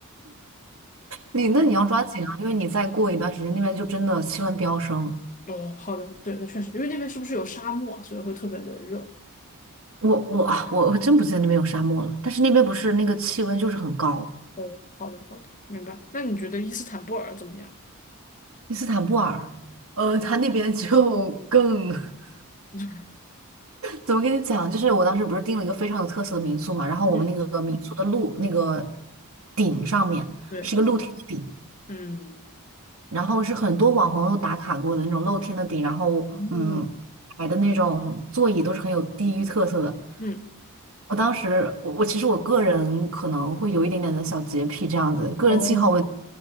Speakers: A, on the right (about 70°); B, on the left (about 35°).
A: 你那你要抓紧啊，
B: 嗯，
A: 因为你再过一段时间那边就真的气温飙升。
B: 哦，好的，对，那确实，因为那边是不是有沙漠啊，所以会特别的热。
A: 我我啊，我我真不记得那边有沙漠了，但是那边不是那个气温就是很高，
B: 哦，好的，好的，明白。那你觉得伊斯坦布尔怎么样？
A: 伊斯坦布尔，呃，它那边就更 <laughs>。
B: <laughs>
A: 怎么跟你讲？就是我当时不是订了一个非常有特色的民宿嘛，然后我们那个民宿的路那个
B: 嗯，
A: 顶上面是一个露天的顶，
B: 对，嗯，
A: 然后是很多网红都打卡过的那种露天的顶，然后嗯，
B: 哦，
A: 摆的那种座椅都是很有地域特色的。
B: 嗯，
A: 我当时我我其实我个人可能会有一点点的小洁癖这样子，个人信号问题
B: 哦，